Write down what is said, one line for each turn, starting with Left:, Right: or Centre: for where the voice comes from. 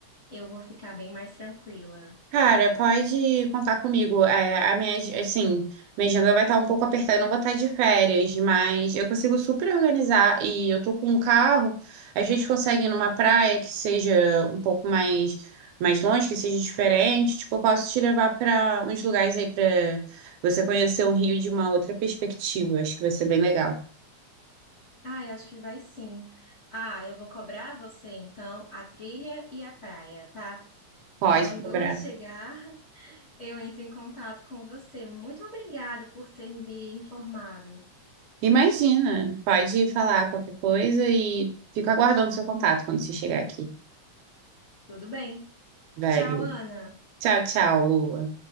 Left: eu vou ficar bem mais tranquila.
Right: Cara, pode contar comigo. É, a minha, ag- assim, minha agenda vai estar um pouco apertada, eu não vou estar de férias, mas eu consigo super organizar e eu tô com um carro, a gente consegue ir numa praia que seja um pouco mais mais longe, que seja diferente. Tipo, eu posso te levar para uns lugares aí para você conhecer o Rio de uma outra perspectiva. Acho que vai ser bem legal.
Left: Ah, eu acho que vai sim. Ah, eu vou cobrar você então a trilha e a praia, tá?
Right: Pode
Left: Quando
Right: cobrar.
Left: eu chegar, eu entro em contato com você. Muito obrigada por ter me informado.
Right: Imagina, pode falar qualquer coisa e fico aguardando seu contato quando você chegar aqui.
Left: Tudo bem?
Right: velho
Left: Tchau, Ana.
Right: Tchau, tchau, Lua.